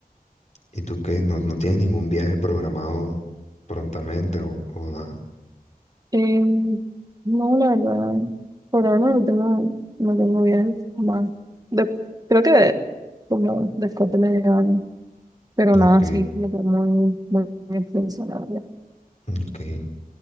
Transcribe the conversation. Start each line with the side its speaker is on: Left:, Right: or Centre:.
Left: ¿Y tú qué? ¿No, no tienes ningún viaje programado prontamente o, o nada?
Right: Em, no, la verdad, por ahora no tengo, no tengo viajes más. De- creo que de- como después de medio año, pero
Left: No,
Right: nada,
Left: Ok,
Right: sí, como que muy, muy extenso, la verdad.
Left: ok.